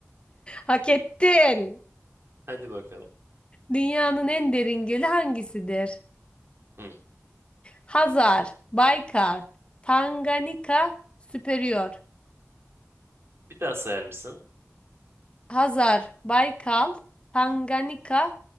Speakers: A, on the left (about 20°); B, on the right (about 55°).
A: Hak ettin.
B: Hadi bakalım.
A: Dünyanın en derin gölü hangisidir?
B: Hı.
A: Hazar, Baykal, Tanganyika, Süperior.
B: Bir daha sayar mısın?
A: Hazar, Baykal, Tanganyika,